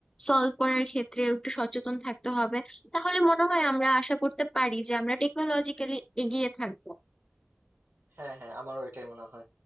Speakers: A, on the left; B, on the right.
A: সলভ করার ক্ষেত্রে একটু সচেতন থাকতে হবে তাহলে মনে হয় আমরা আশা করতে পারি যে আমরা টেকনোলজিক্যালি এগিয়ে থাকবো
B: হ্যাঁ হ্যাঁ আমারও এটাই মনে হয়